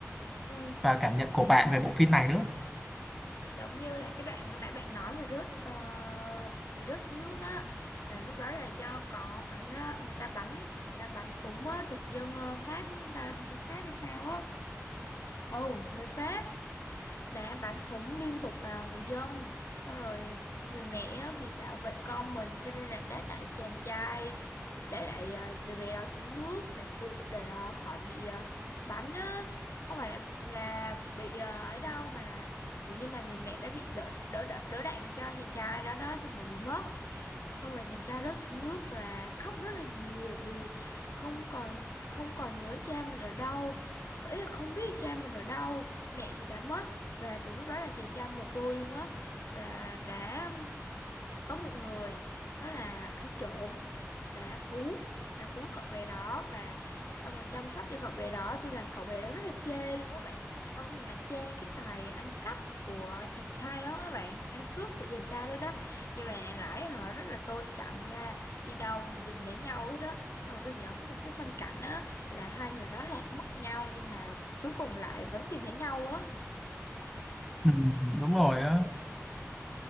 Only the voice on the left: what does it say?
Ừ,
giống như là cái đoạn mà nãy bạn nói mà rớt ờ, bị rớt xuống nước á là lúc đó là do có bắn ờ, người ta bắn người ta bắn súng á thực dân ờ, Pháp đúng không ta thực dân Pháp hay sao á. Ồ, người Pháp đã bắn súng liên tục vào người dân xong rồi người mẹ vì bảo vệ con mình cho nên là đã đẩy chàng trai đã đẩy ờ, đứa bé đó xuống nước để cụ để ờ, khỏi bị ờ, bắn á không phải là, là bị ờ, ấy đâu mà là kiểu như là người mẹ đã bị đỡ đỡ đỡ, đỡ đạn cho chàng trai đó đó xong rồi bị mất không rồi chàng trai rớt xuống nước và khóc rất là nhiều vì không còn không còn nhớ cha mình ở đâu ý là không biết cha mình ở đâu mẹ thì đã mất và từ lúc đó là chàng trai mồ côi luôn á và đã có một người đó là ăn trộm đã cứu đã cứu cậu bé đó và xong rồi chăm sóc cho cậu bé đó tuy rằng cậu bé đó rất là chê luôn các bạn ơ gì mà chê cái tài ăn cắp của chàng trai đó các bạn ăn cướp của chàng trai đó đó nhưng mà lại họ rất là tôn trọng nha đi đâu cũng nhìn thấy nhau hết đó, xong rồi tôi nhớ có một cái phân cảnh á là hai người đó lạc mất nhau nhưng mà cuối cùng lại vẫn tìm thấy nhau á